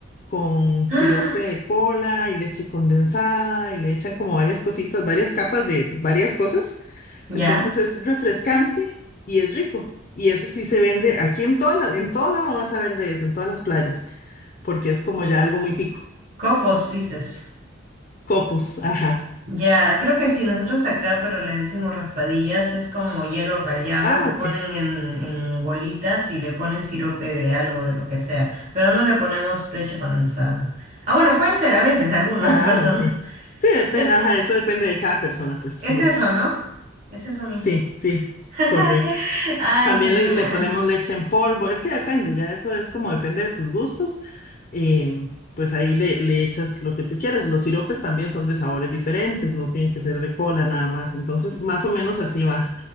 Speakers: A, on the left; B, on the right.
A: con sirope
B: ¡Ah!
A: de cola y leche condensada y le echan como varias cositas, varias capas de varias cosas.
B: <gasps>
A: Entonces
B: Ya,
A: es refrescante y es rico. Y eso sí se vende aquí en toda la- en todo lado vas a ver de eso, en todas las playas, porque es como ya algo muy tico.
B: copos, dices.
A: Copos, ajá.
B: Ya, creo que sí, nosotros acá, pero les decimos raspadillas, es como hielo rallado,
A: Ah,
B: lo
A: ok.
B: ponen en, en bolitas y le ponen sirope de algo, de lo que sea, pero no le ponemos leche condensada. Ah, bueno, pueden ser a veces algunas
A: Ah,
B: <laughs> personas.
A: ok. Sí, depe-
B: Es,
A: ajá, eso depende de cada persona, pues,
B: es
A: gustos.
B: eso, ¿no? Es eso mismo.
A: Sí, sí,
B: <laughs>
A: correcto.
B: Ay,
A: También
B: genial.
A: le, le ponemos leche en polvo. Es que depende, ya eso es como depende de tus gustos. eh, pues ahí le, le echas lo que tú quieras. Los siropes también son de sabores diferentes, no tienen que ser de cola nada más. Entonces, más o menos así va,